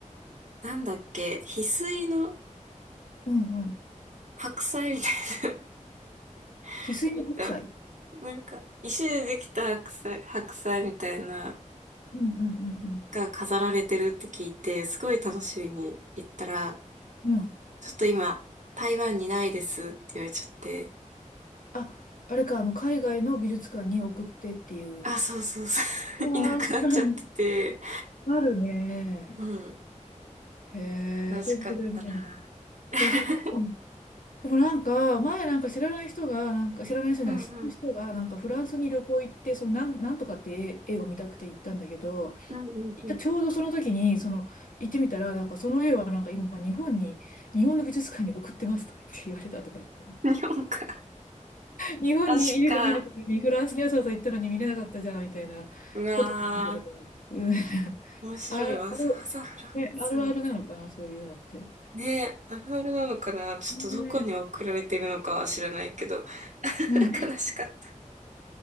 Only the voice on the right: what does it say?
なんだっけ、翡翠の
白菜みたいな
<laughs> 見たなんか、石でできた白菜、白菜みたいな、
が飾られてるって聞いて、すごい楽しみに行ったら、
ちょっと今、台湾にないですって言われちゃって、
あ、そうそうそう
<laughs> いなくなっちゃって
て、
うん、
悲しかったな。
<laughs>
うんうん。
うんうんう
ん。日本か。
確か。
うわー。
面白いわ。
わざわざフランスま
ね、あるあるなのかなちょっとどこに送られてるのかは知らないけど。
<laughs>
悲しかった。